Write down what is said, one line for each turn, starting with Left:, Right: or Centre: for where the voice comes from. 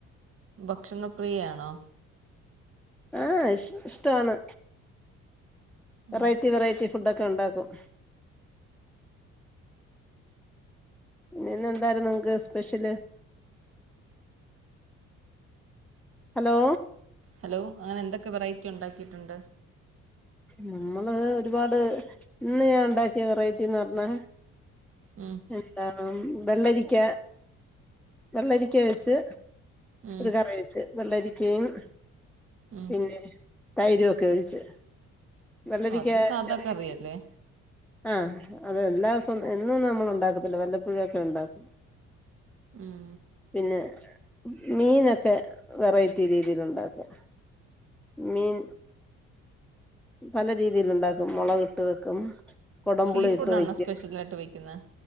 Right: ഭക്ഷണപ്രിയയാണോ
Centre: ആ ഇഷ് ഇഷ്ടാണ്
Right: ഉം
Centre: വെറൈറ്റി വെറൈറ്റി ഫുഡ ഒക്കെ ഉണ്ടാക്കും ഇന്നെന്താർന്നു നിങ്ങക്ക് സ്പെഷ്യല് ഹലോ
Right: ഹലോ അങ്ങനെ എന്തൊക്കെ വെറൈറ്റി ഉണ്ടാക്കിയിട്ടുണ്ട്
Centre: നമ്മള് ഒരുപാട് ഇന്ന് ഞാൻ ഉണ്ടാക്കിയ വെറൈറ്റിന്ന് പറഞ്ഞ
Right: ഉം
Centre: <unintelligible> ഉം വെള്ളരിക്ക വെള്ളരിക്ക വെച്ച്
Right: ഉം
Centre: ഒരു കറിവച്ച് വെള്ളരിക്കയും
Right: ഉം
Centre: പിന്നേ തൈര് ഒക്കെ ഒഴിച്ച്. വെള്ളരിക്കാ
Right: അത് സാധാ
Centre: ചെറിയ
Right: കറിയല്ലേ
Centre: പീസ് ആഹ് അത് എല്ലാസൊമ് എന്നൊന്നും നമ്മള് ഉണ്ടാക്കത്തില്ല വല്ലപ്പൊഴൊക്കെ ഉണ്ടാക്കൂ.
Right: ഉം
Centre: പിന്നെ മീനൊക്കെ വെറൈറ്റി രീതിയിലുണ്ടാക്കും. മീൻ പല രീതിയിലുണ്ടാക്കും മുളക് ഇട്ട് വെക്കും കൊടംപുളി
Right: സീ
Centre: ഇട്ട്
Right: ഫുഡാണോ
Centre: വെക്കും
Right: സ്പെഷ്യലായിട്ട് വെക്ക്ന്നേ